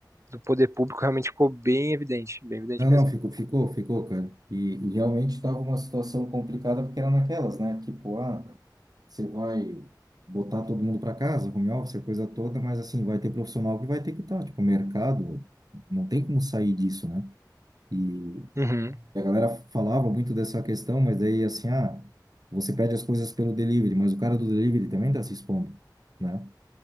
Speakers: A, on the right (about 40°); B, on the right (about 55°).
A: do poder público realmente ficou bem evidente, bem evidente
B: Não,
A: mesmo.
B: não, ficou, ficou, ficou, cara. E, e realmente estava uma situação complicada porque era naquelas, né? Tipo, ah. você vai botar todo mundo para casa, home office, a coisa toda, mas assim, vai ter profissional que vai ter que estar, tipo, o mercado, não tem como sair disso, né? E
A: Uhum.
B: a galera falava muito dessa questão, mas daí assim, ah, você pede as coisas pelo delivery, mas o cara do delivery também tá se expondo, né?